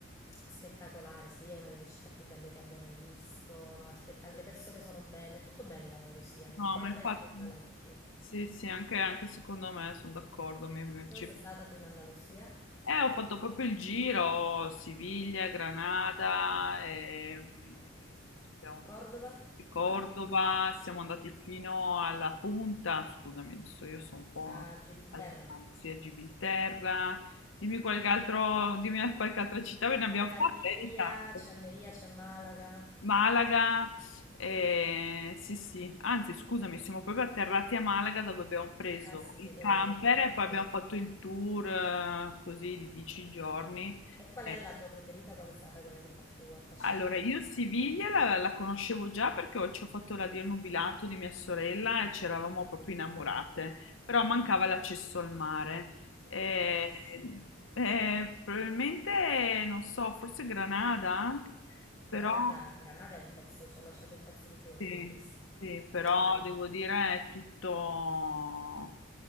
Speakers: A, on the left; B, on the left.
A: spettacolare, Siviglia è una delle città più belle che abbia mai visto, no, è spettac- le persone sono belle, è tutto bello in Andalusia, è
B: No,
A: un po'
B: ma
A: il
B: infatti,
A: paese dei balocchi.
B: sì, sì, anche, anche secondo me sono d'accordo. mi- mi-
A: Dove
B: ci-
A: sei stata tu in Andalusia?
B: Eh, ho fatto proprio il giro, Siviglia, Granada, ehm, abbiamo
A: Cordova?
B: visto Cordova, siamo andati fino alla punta, scusami, adesso io sono un po'
A: A Gibilterra?
B: al sì, a Gibilterra, dimmi qualche altro, dimmi qualche altra città, ve ne abbiamo
A: Eh,
B: fatte
A: Almeria,
B: di tappe.
A: c'è Almeria, c'è Malaga.
B: Malaga, eh, sì, sì, anzi, scusami, siamo proprio atterrati a Malaga dove abbiamo preso
A: Ah sì,
B: il
A: sì, quello
B: camper
A: è l'aeroporto.
B: e poi abbiamo fatto il tour eh, così di dieci giorni.
A: E qual
B: Eh,
A: è la tua preferita? Qual è stata quella che ti ha più affascinato?
B: allora, io Siviglia la, la conoscevo già perché ho- ci ho fatto la Dio nubilato di mia sorella e ci eravamo proprio innamorate, però mancava l'accesso al mare. Eh,
A: Ah sì,
B: eh, probabilmente, non so, forse Granada, però.
A: Granada, Granada è un pezzo, ci ho lasciato un pezzo di cuore,
B: Sì,
A: è bellissima,
B: sì, però
A: bella bella.
B: devo dire è tutto,